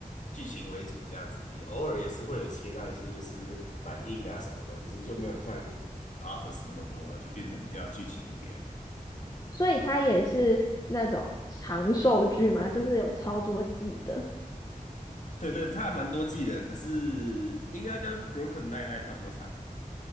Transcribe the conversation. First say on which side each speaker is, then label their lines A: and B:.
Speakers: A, on the left (about 55°); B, on the left (about 25°).
A: 剧情为主这样子，也偶尔也是会有切到一些就是反应啊什么的，可是就没有像 Office 那么多了，就变成比较剧情一点。
B: 所以它也是那种长寿剧嘛，就是有超多季的，
A: 对对，它还蛮多季的，可是应该跟 b r o k e n i n 差不多长，